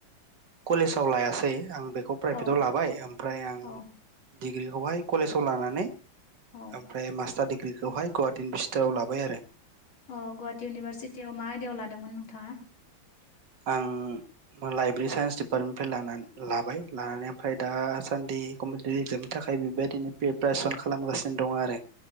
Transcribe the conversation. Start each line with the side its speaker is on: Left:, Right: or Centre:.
Right: कलेज आव लायासै आं बेखौ प्राइभेटाव
Left: औ
Right: लाबाय ओमफ्राय आं
Left: औ
Right: डिग्रिखौहाय कलेजाव लानानै
Left: औ
Right: ओमफ्राय मास्टार दि बेखौहाय गौहाटि <unintelligible> लाबाय आरो।
Left: अ गुवाहाटि इउनिभारसिटियाव मा आयदायाव लादोंमोन नोंथाङा?
Right: आं लाइब्रेरि साइन्स डिपार्टमेन्टनिफ्रायनानै लाना लाबाय लानानै ओमफ्राय दासान्दि कम्पिटिटिभ एगजामनि थाखाय बेबायदिनो प्रिपारेसन खालामगासिनो दं आरो।